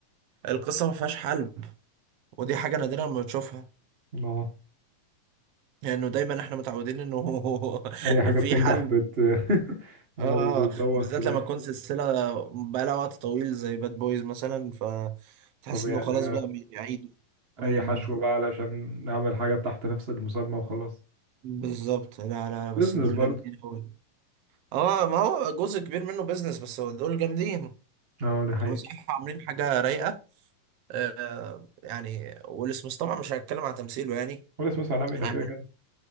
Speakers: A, on the right (about 70°); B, on the right (about 90°).
A: القصة ما فيهاش حل ودي حاجة نادرة لما تشوفها
B: اه
A: لانه دايما احنا متعودين انه <laughs>
B: اي حاجة
A: في
B: بتنجح
A: حل
B: بت <laughs>
A: اه
B: آه، بتبوخ
A: وبالذات
B: في الاخر
A: لما تكون سلسله بقالها وقت طويل زي باد بويز مثلا فتحس
B: طب يعني
A: انه خلاص بقى بيعيدوا أمم.
B: اي حشو بقى علشان نعمل حاجة تحت نفس المسمى وخلاص
A: بالظبط لا لا لا بس
B: بزنس
A: دول
B: برضه
A: جامدين قوي اه ما هو جزء كبير منه بيزنس بس هو دول جامدين
B: اه دي حقيقة
A: بصراحه عاملين حاجه رايقه آه يعني ويل سميث طبعا مش هتكلم عن تمثيله يعني
B: ولا اسمه سلام ده
A: يعني
B: كده كده